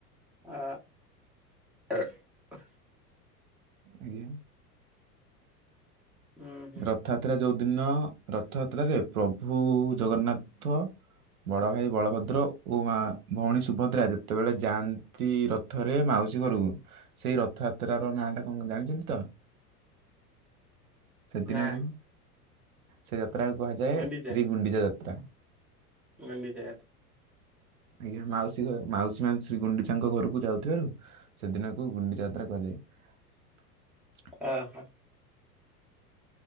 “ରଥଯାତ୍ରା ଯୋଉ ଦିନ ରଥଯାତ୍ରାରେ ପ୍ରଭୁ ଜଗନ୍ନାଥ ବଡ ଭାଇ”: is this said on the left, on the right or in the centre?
Right